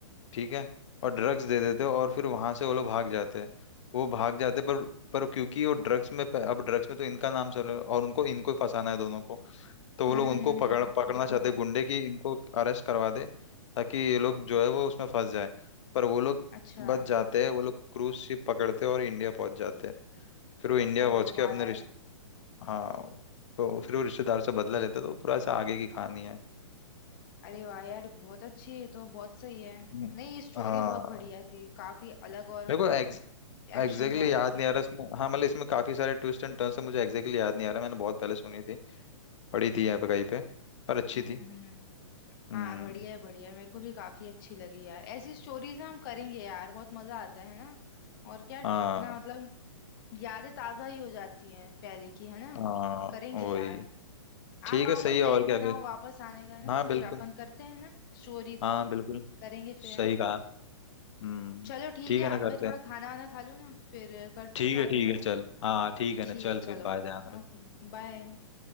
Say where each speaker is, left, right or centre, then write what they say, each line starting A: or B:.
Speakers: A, on the left; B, on the left.
A: ठीक है और ड्रग्स दे देते हैं और फिर वहां से वो लोग भाग जाते हैं वो भाग जाते हैं, पर पर क्योंकि वो ड्रग्स में अब ड्रग्स में तो इनका नाम चल रहा है और उनको इनको ही फंसाना है दोनों को तो वो
B: हम्म
A: लोग उनको
B: हम्म हम्म,
A: पकड़ पकड़ना
B: ये
A: चाहते
B: तो है
A: हैं गुंडे की इनको अरेस्ट करवा दे ताकि ये लोग जो है वो उसमें फंस जाए पर वो लोग
B: अच्छा
A: बच जाते हैं वो लोग क्रूज शिप पकड़ते हैं और इंडिया पहुंच जाते हैं फिर वो इंडिया
B: ओ
A: पहुंच के
B: वाह
A: अपने
B: यार
A: रिश्ते हाँ तो फिर वो रिश्तेदार से बदला लेता है, तो पूरा ऐसा आगे की कहानी है
B: अरे वाह यार बहुत अच्छी ये तो बहुत सही है
A: हम्म,
B: नहीं स्टोरी
A: हाँ
B: बहुत बढ़िया थी काफी अलग और
A: मेरे
B: मतलब
A: को एग्जैक्टली
B: एक्शंस
A: exactly
B: वाली
A: याद
B: थी
A: नहीं आ रहा इसमें हाँ मतलब इसमें काफी सारे ट्विस्ट एंड टर्न्स है मुझे एग्जैक्टली exactly याद नहीं आ रहा मैंने बहुत पहले सुनी थी पढ़ी थी यहाँ पे कहीं पे पर अच्छी
B: हम्म
A: थी
B: हम्म, हम्म।
A: हम्म
B: हाँ बढ़िया है बढ़िया है, मेरे को भी काफी अच्छी लगी यार ऐसी स्टोरीज ना हम करेंगे यार बहुत मजा आता है ना और क्या
A: हाँ
B: अपना मतलब यादें ताजा ही हो जाती हैं पहले की है ना
A: हाँ
B: करेंगे
A: वही
B: यार
A: ठीक
B: आप आओ
A: है सही
B: ना प्लान
A: है और क्या
B: बनाओ
A: फिर
B: वापस आने का है ना
A: हाँ बिल्कुल
B: फिर अपन करते हैं ना स्टोरी
A: हाँ बिल्कुल
B: करेंगे फिर
A: सही
B: है ना
A: कहा हम्म
B: चलो ठीक
A: ठीक
B: है
A: है ना
B: अब
A: करते
B: मैं थोड़ा
A: हैं
B: खाना वाना खा लूँ ना फिर करती
A: ठीक
B: हूँ बाद
A: है ठीक
B: में है
A: है
B: ना
A: चल हाँ ठीक है ना
B: ठीक
A: चल
B: है
A: फिर
B: चलो
A: बाय ध्यान रख
B: ओके बाय